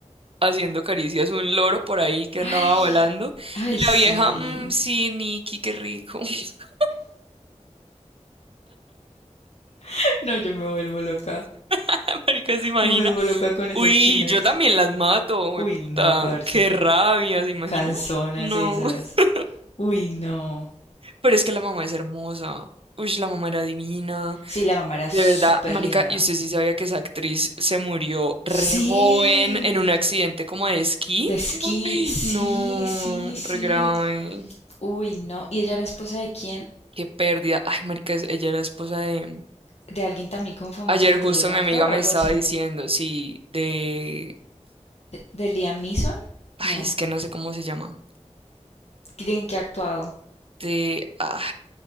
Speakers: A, on the right; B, on the left.
A: haciendo caricias un loro por ahí que
B: Ay,
A: andaba volando.
B: ay,
A: Y
B: sí.
A: la vieja, "Mm, sí, Nikki, qué rico. <laughs>
B: <laughs> No, yo me vuelvo loca.
A: <laughs> Marica, ¿se imagina?
B: Me vuelvo loca con esas
A: Uy,
B: chinas.
A: yo también las mato, we
B: Uy,
A: puta.
B: no, parce.
A: Qué rabia, ¿se imagina?
B: Canzonas
A: No,
B: esas.
A: <laughs>
B: Uy, no.
A: pero es que la mamá es hermosa. Uy, la mamá era divina.
B: Sí, la mamá era súper
A: De verdad, marica,
B: linda.
A: y usted sí sabía que esa actriz se murió re
B: Sí,
A: joven en un accidente como de esquí.
B: de esquí,
A: Ay,
B: sí,
A: no,
B: sí, sí.
A: re grave.
B: Uy, no. ¿Y ella era esposa de quién?
A: Qué pérdida. Ay, marica, es- ella era esposa de...
B: De alguien también como famosito,
A: Ayer justo
B: de un
A: mi
B: actor
A: amiga me
B: o algo
A: estaba
B: así.
A: diciendo, sí, de...
B: ¿De Liam Neeson?
A: Ay,
B: No.
A: es que no sé cómo se llama.
B: ¿Quién que ha actuado?
A: de, ay,